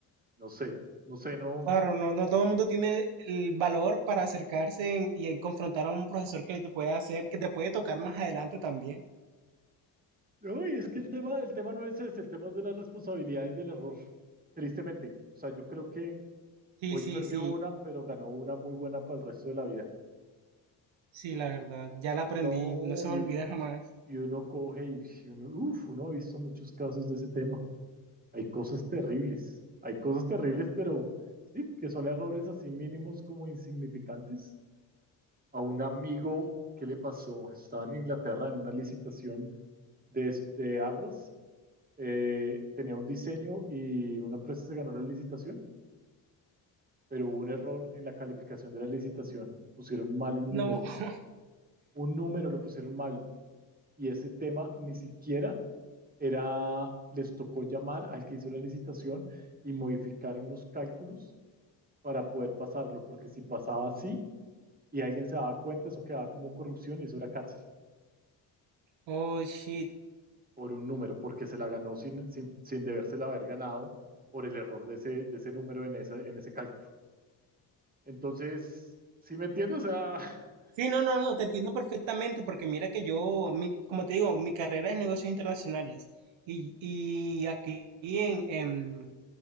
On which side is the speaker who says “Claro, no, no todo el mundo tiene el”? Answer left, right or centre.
Right